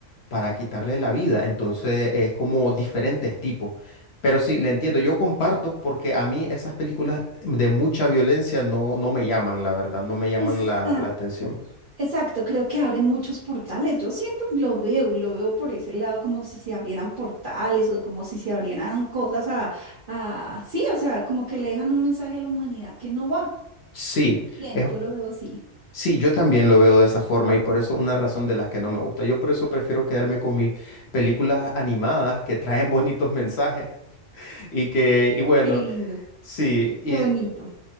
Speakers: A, on the left; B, on the right.
A: para quitarle la vida, entonces es como diferentes tipos. Pero sí, le entiendo, yo comparto porque a mí esas películas de mucha violencia no, no me llaman, la verdad, no me llaman
B: Exacto,
A: la la atención.
B: Exacto, creo que abren muchos portales. Yo siento, lo veo, lo veo por ese lado, como si se abrieran portales o como si se abrieran cosas a, a, sí, o sea, como que le dejan un mensaje a la humanidad que no va.
A: Sí,
B: Bien,
A: es,
B: yo lo veo así.
A: sí, yo también lo veo de esa forma y por eso una razón de las que no me gusta. Yo por eso prefiero quedarme con mis películas animadas que traen bonitos mensajes <laughs> y que, y bueno,
B: Qué lindo,
A: sí, y,
B: qué bonito,